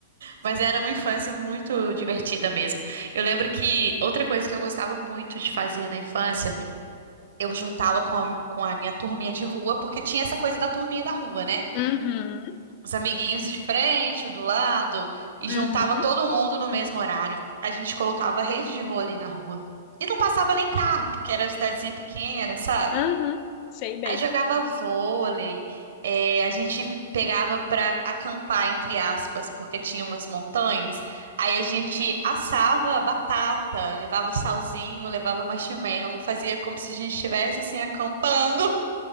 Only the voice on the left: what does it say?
Uhum,
uhum,
uhum. Sei bem.